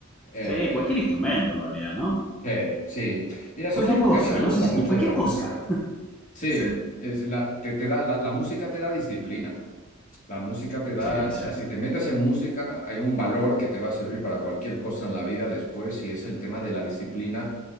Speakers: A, on the left (about 40°); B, in the centre.
A: eh,
B: Sí, cualquier instrumento en realidad, ¿no?
A: sí, sí. Mira, eso
B: Cualquier
A: es algo
B: cosa,
A: que a mí me gusta
B: no sé
A: mucho
B: si tú, cualquier
A: de la música.
B: cosa.
A: Sí,
B: Sí.
A: es la, te, te da, la la música te da disciplina. La música te da,
B: Sí, es
A: o
B: cierto.
A: sea, si te metes en música, hay un valor que te va a servir para cualquier cosa en la vida después y es el tema de la disciplina